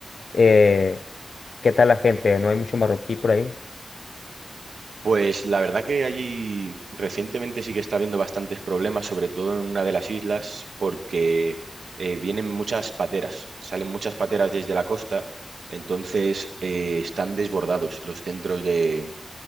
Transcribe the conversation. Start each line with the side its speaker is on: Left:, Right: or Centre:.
Left: eh, ¿qué tal la gente? ¿No hay mucho marroquí por ahí?
Right: Pues la verdad que allí recientemente sí que está habiendo bastantes problemas, sobre todo en una de las islas, porque eh, vienen muchas pateras, salen muchas pateras desde la costa, entonces eh, están desbordados los centros de,